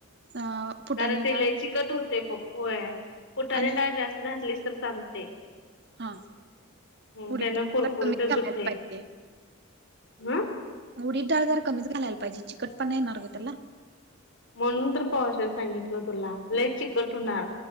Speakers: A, on the right (about 55°); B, on the left (about 60°).
A: अ फुटाणे
B: कारण ते
A: डाळ
B: लय चिकट होते बघ होय फुटाण्याची
A: आणि
B: डाळ जास्त घातलीस तर चालते.
A: हा
B: ह
A: उडीद
B: त्यांन
A: डाळ
B: कुरकुरीतच
A: तर कमीच घालायला
B: होतंय
A: पाहिजे
B: हम्.
A: उडीद डाळ जरा कमीच घालायला पाहिजे चिकट पण येणार ग त्याला.
B: म्हणून तर पवाशेर सांगितलं तुला लय चिकट होणार.